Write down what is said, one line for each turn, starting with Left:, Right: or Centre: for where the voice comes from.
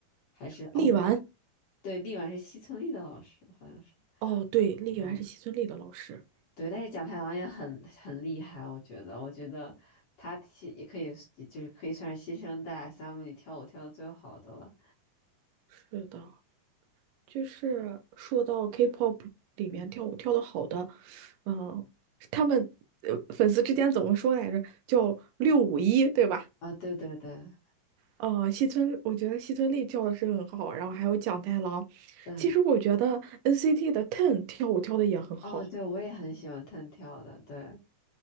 Left: 还是哦不是，
Right: 力丸，
Left: 对，力丸是西村力的老师，好像是。
Right: 哦，对，力丸是西村力的老师，
Left: 嗯，对，但是蒋太郎也很很厉害，我觉得，我觉得他其也可以，就是可以算是新生代 SM 里跳舞跳的最好的了。
Right: 是的。就是说到 K-pop 里面跳舞跳的好的，
Left: 嗯，
Right: 嗯，他们呃粉丝之间怎么说来着？叫六五一，对吧？
Left: 啊，对对对
Right: 呃，西村，我觉得西村丽跳的是很好，然后还有蒋太郎。
Left: 对，
Right: 其实我觉得 NCT 的 TEN 跳舞跳的也很好，
Left: 哦，对，我也很喜欢弹跳的，对。